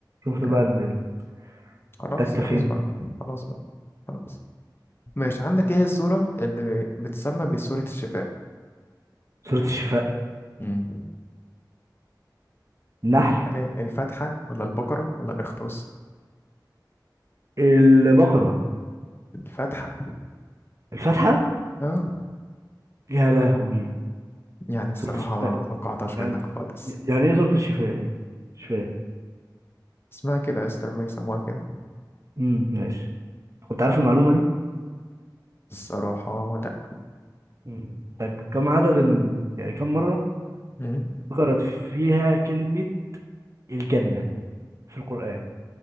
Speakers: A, on the right; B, on the left.
A: شفت بقى
B: آه.
A: ال- ال-
B: خلاص
A: التكة
B: خلاص
A: فين
B: بقى خلاص بقى خلاص ماشي عندك ايه هي السورة اللي بتسمى بسورة الشفاء
A: سورة الشفاء
B: مم.
A: النحل
B: هل هي الفتحة ولا البقرة ولا الإخروس
A: البقرة
B: الفتحة
A: الفاتحة
B: اه
A: يا لهوي
B: يعني الصراحة
A: سورة الشفاء
B: ما توقعتهاش
A: يعني
B: منك خالص
A: يعني إيه سورة الشفاء دي؟ مش فاهم
B: اسمها كده يا اسطى لما يسموها كده
A: امم ماشي كنت عارف المعلومة دي
B: الصراحة لا
A: امم طيب كم عدد ال... يعني كم مرة
B: مم.
A: ذكرت فيها كلمة الجنة في القرآن